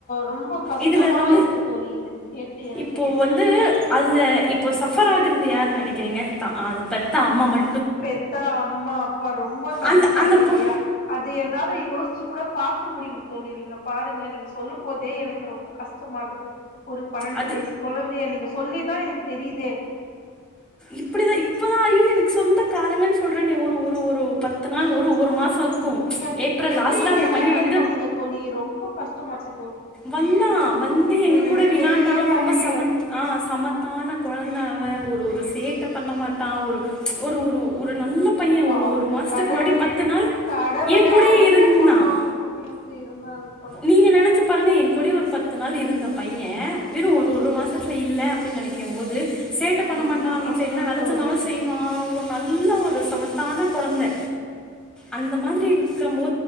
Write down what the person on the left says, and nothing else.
ரொம்ப கஷ்டமா
இருக்கு தோழி இது கேட்டு எனக்கு
பெத்தா அம்மா அப்பா ரொம்ப தவிப்பாங்க
இல்லையா
அது என்னால யோசிச்சு கூட பாக்க முடியல தோழி நீங்க பாருங்களே நீங்க சொல்லும் போதே எனக்கு ரொம்ப கஷ்டமாகுது ஒரு பன்னெண்டு
வயசு குழந்தைய நீங்க சொல்லிதான் எனக்கு தெரியுதே
நீங்க
எப்டி
இது
ஹேண்டல்
பண்ணீங்க தோழி ரொம்ப கஷ்டமாச்சே
விட்டு
வெளிலயே வர
முடியாது
அப்ப
அவனுக்கு
கடவுளு
கடவுளே
அவனை
கூப்புணும் அப்டின்னுட்டு இருந்தாங்க போல
ரொம்ப
கஷ்டோ
தோழி